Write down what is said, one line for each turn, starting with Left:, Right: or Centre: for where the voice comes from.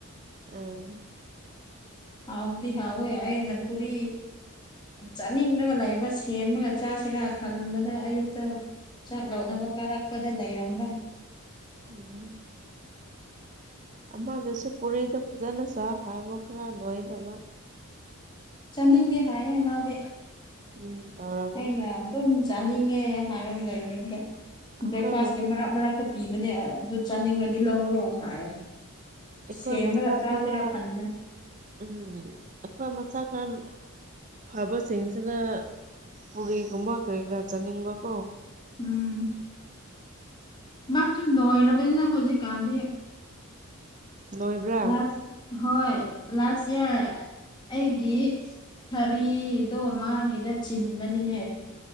Right: ꯎꯝ
Left: ꯍꯥꯎꯗꯤ ꯍꯥꯎꯋꯦ ꯑꯩꯅ ꯄꯨꯨꯔꯤ ꯆꯥꯅꯤꯡꯔꯒꯥ ꯂꯩꯕ ꯁꯦꯝꯔꯒꯥ ꯆꯥꯁꯤꯔꯥ ꯈꯟꯕꯗ ꯑꯌꯨꯛꯇꯥ ꯆꯥꯛ ꯂꯧꯠꯅꯕ ꯀꯥꯔꯛꯄꯗ ꯂꯩꯔꯝꯕ
Right: ꯎꯝ ꯑꯃꯗꯨꯁꯨ ꯄꯨꯔꯤꯗꯣ ꯐꯖꯅ ꯆꯥꯎ ꯍꯥꯏꯕ ꯈꯔ ꯂꯣꯏꯅꯃꯛ
Left: ꯆꯥꯅꯤꯡꯗꯦ ꯍꯥꯏꯌꯦ ꯃꯥꯗꯤ
Right: ꯎꯝ ꯇꯧꯔꯝꯒꯅꯤ
Left: ꯑꯩꯅ ꯑꯗꯨꯝ ꯆꯥꯅꯤꯡꯉꯦ ꯍꯥꯏꯔꯒ ꯂꯩꯕꯗꯨꯗ
Right: ꯑꯩꯈꯣꯏ
Left: ꯕ꯭ꯔꯦꯛꯐꯥꯁꯀꯤ ꯃꯔꯛ ꯃꯔꯛꯇ ꯄꯤꯕꯅꯦ ꯑꯗꯨ ꯆꯥꯅꯤꯡꯔꯗꯤ ꯂꯧꯔꯣ ꯍꯥꯏ꯫
Right: ꯑꯩꯈꯣꯏ
Left: ꯁꯦꯝꯔꯒ
Right: ꯃꯁꯥ
Left: ꯆꯥꯁꯤꯔ
Right: ꯈꯔ
Left: ꯈꯟꯕꯅꯤ꯫
Right: ꯎꯝ ꯑꯩꯈꯣꯏ ꯃꯁꯥ ꯈꯟ ꯐꯕꯁꯤꯡꯁꯤꯅ ꯄꯨꯔꯤꯒꯨꯝꯕ ꯀꯔꯤ ꯀꯔꯥ ꯆꯥꯅꯤꯡꯕꯀꯣ
Left: ꯎꯝ ꯃꯥꯁꯨ ꯅꯣꯏꯔꯕꯅꯤꯅ ꯍꯧꯖꯤꯛ ꯀꯥꯟꯗꯤ
Right: ꯅꯣꯏꯕ꯭ꯔꯥ
Left: ꯂꯥꯁ ꯍꯣꯏ ꯂꯥꯁ ꯏꯌꯥꯔ ꯑꯩꯒꯤ ꯁꯥꯔꯤꯗꯣ ꯃꯥꯒꯤꯗ ꯆꯤꯟꯕꯅꯤꯅꯦ꯫